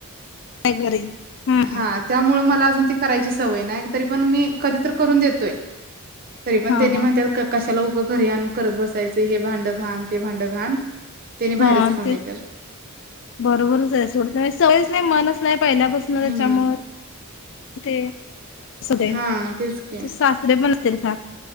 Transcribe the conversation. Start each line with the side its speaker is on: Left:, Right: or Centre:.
Left: नाही घरी. हम्म हम्म.
Right: हा त्यामुळं मला करायची सवय नाही तरी पण मी कधी करून देत <inaudible> तरी पण
Left: हा
Right: त्यांनी
Left: हा
Right: म्हणतात कशाला उग घरी आण करत बसायचं हे भांडं घाण ते भांडं घाण- त्यांनी बाहेरच
Left: हा
Right: खाऊन
Left: तेच
Right: येत्यात.
Left: बरोबरच आहे सोड सवयच नाही मनच पहिल्यापासन त्याच्यामुळे
Right: हम्म
Left: ते, <inaudible> त्यांच्यात-
Right: हा तेच की